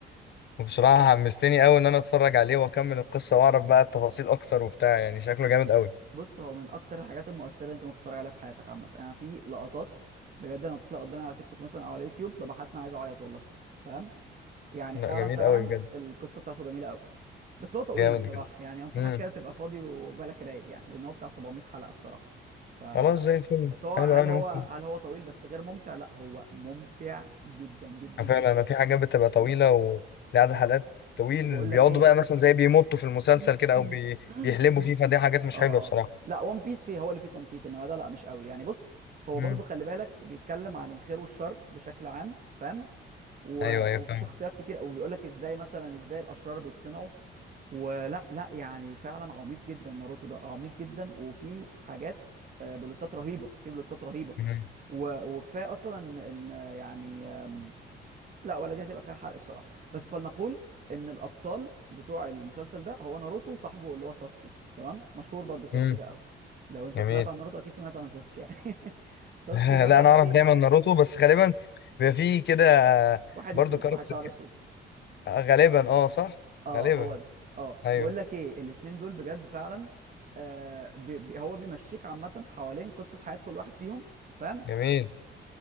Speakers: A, on the left; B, on the right.
A: وبصراحة حمستني قوي ان انا اتفرج عليه واكمل القصة واعرف بقى التفاصيل اكتر وبتاع يعني شكله جامد قوي
B: بص هو من اكتر الحاجات المؤثرة اللي انت ممكن تتفرج عليها في حياتك عامة انا في لقطات بجد لما بتطلع قدامي على تيك توك مثلا او على يوتيوب ببقى حاسس ان انا عايز اعيط والله فاهم يعني
A: لا
B: فعلا
A: جميل
B: فعلا
A: قوي بجد
B: القصة بتاعته جميلة قوي بس هو طويل
A: جامد
B: بصراحة
A: جدا
B: يعني أنصحك
A: امم
B: كده تبقى فاضي وبالك رايق يعني لأن هو بتاع 700 حلقة بصراحة ف
A: خلاص زي الفيلم
B: بس هو
A: حلو
B: هل
A: أوي، انا
B: هو
A: ممكن
B: هل هو طويل بس غير ممتع؟ لا هو ممتع جدا جدا جدا
A: فعلا انا في حاجات بتبقى طويلة
B: فاهم؟
A: ولعدد
B: اه
A: حلقات طويل
B: وبقول
A: بيقعدوا
B: لك ايه
A: بقى مثلا زي بيمطوا في المسلسل
B: <clears throat>
A: كده او بي...
B: <coughs>
A: بيحلبوا فيه فدي حاجات مش
B: اه
A: حلوة بصراحة
B: اه لا ون بيس فيه هو اللي فيه تمطيط انما ده لا مش قوي يعني بص هو
A: امم
B: برضو خلي بالك بيتكلم عن الخير والشر بشكل عام فاهم و...
A: ايوه
B: وفي
A: ايوه فاهم
B: شخصيات كتير قوي بيقول لك ازاي مثلا ازاي الاشرار بيتصنعوا ولا لا يعني فعلا عميق جدا ناروتو ده عميق جدا وفي حاجات آه، بلوتات رهيبه في بلوتات رهيبه
A: امم
B: و... وكفايه اصلا ان إن، آه، يعني آم، لا ولا دي هتبقى فيها حرق بصراحه بس فلنقول ان الابطال بتوع المسلسل ده هو ناروتو وصاحبه اللي هو ساسكي تمام مشهور برضو ساسكي
A: أمم،
B: ده قوي لو انت
A: جميل
B: سمعت عن ناروتو اكيد سمعت عن ساسكي يعني <laughs> ساسكي
A: <laughs>
B: ده بقى
A: لا انا اعرف
B: ايه
A: دايما ناروتو بس غالبا بيبقى فيه كده
B: واحد
A: برضو
B: اسود
A: كاركتر
B: واحد شعره
A: كده.
B: اسود
A: غالبا اه صح
B: اه
A: غالبا
B: هو ده اه
A: ايوه
B: بقول لك ايه الاتنين دول بجد فعلا آه بي بي هو بيمشيك عامه حوالين قصه حياه كل واحد فيهم فاهم
A: جميل